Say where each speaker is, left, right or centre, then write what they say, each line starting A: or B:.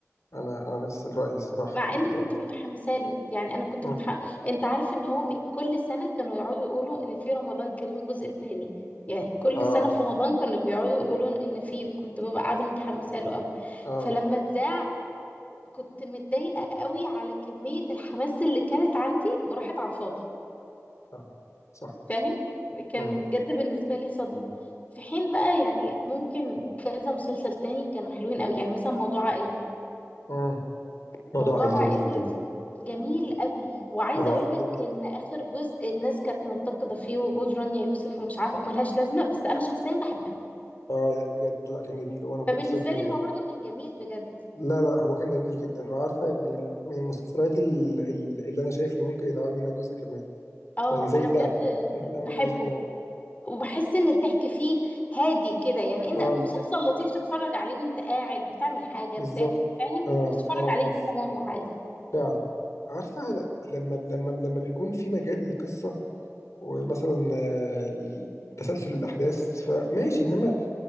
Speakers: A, on the left (about 80°); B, on the left (about 30°).
A: انا انا نفس الراي الصراحه
B: مع
A: في ال...
B: ان كنت متحمسه له يعني انا كنت
A: مم.
B: متح... انت عارف ان هو م- كل سنه كانوا يقعدوا يقولوا ان في رمضان كريم الجزء الثاني يعني كل
A: اه
B: سنه في رمضان كانوا بيقعدوا يقولوا ان في كنت ببقى قاعده متحمسه له قوي
A: اه
B: فلما اتذاع كنت متضايقه قوي على كميه الحماس اللي كانت عندي وراحت على الفاضي
A: فعلا. صح
B: فاهم كان
A: امم
B: بجد بالنسبه لي صدمه في حين بقى يعني ممكن كذا مسلسل تاني كانوا حلوين قوي يعني مثلا موضوع عائلي
A: امم موضوع
B: موضوع
A: عائلي
B: عائلي
A: جميل جدا
B: جميل قوي وعايزه
A: موضوع
B: اقول
A: عائلي
B: لك
A: جميل
B: ان اخر جزء الناس كانت منتقده فيه وجود رانيا يوسف ومش عارفه وملهاش لازمه بس انا شخصيا بحبها
A: اه لا بجد لا كان جميل وانا ما
B: فبالنسبه
A: كنت شايف ان
B: لي ان هو برضو كان جميل بجد
A: لا لا لا، هو كان جميل جدا وعارفه من من المسلسلات ال- ال- اللي انا شايف ان ممكن يتعمل منها جزء كمان
B: اه
A: يعني زي
B: انا
A: اللعبه
B: بجد
A: ممكن يتعمل
B: بحبه
A: منها جزء كمان
B: وبحس ان الضحك فيه هادي كده يعني
A: اه
B: ان مسلسل لطيف تتفرج عليه وانت قاعد بتعمل حاجه
A: بالظبط
B: بتاكل فاهم
A: اه
B: وتتفرج
A: اه
B: عليه
A: اه
B: كذا مره عادي
A: فعلا عارفة ل- لما لما لما بيكون في مجال للقصة ومثلا آه، ل- تسلسل الأحداث فماشي إنما